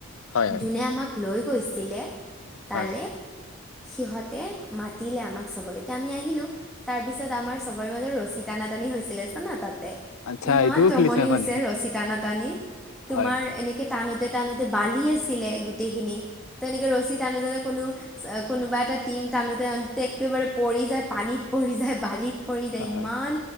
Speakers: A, on the left (about 80°); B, in the centre.
A: হয় হয়
B: যোনে আমাক লৈ গৈছিলে তালে
A: হয়
B: সিহঁতে মাতিলে আমাক চবক এতিয়া আমি আহিলো তাৰ পিছত আমাৰ চবৰে মাজত ৰছী টান টানি হৈছিলে জানা তাত।
A: আচ্ছা
B: ইমান
A: এইটোও
B: জমনি
A: খেলিছে
B: হৈছে
A: মানে
B: ৰচী টানা টানিত তোমাৰ
A: হয় হয়
B: এনে টানোতে টানোতে বালি আছিলে গোটেইখিনি ত এনেকে ৰচি <unintelligible> কোনো কোনোবা এটা টিম টানুতে টানুতে একেবাৰে পৰি যায় পানীত পৰি যায় বালিত পৰি যায় ইমান
A: হয়